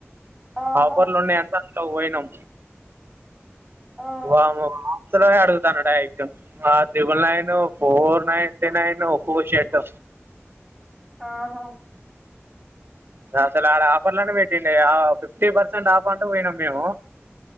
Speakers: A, in the centre; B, on the right.
A: ఓహో
B: ఆఫర్లున్నయని సక్కగ్ పోయినం.
A: ఓ
B: వామ్మో వ ముసలోడే అడుగుతాండు డైరెక్ట్ ఆ త్రిబుల్నైను, ఫోర్ నైటీ నైను, ఒక్కో షర్ట్
A: ఆహా
B: అసలాడ ఆఫర్లనే పెట్టిండే ఫిఫ్టీ పర్సెంట్ ఆఫ్ అంటే పొయినం మేము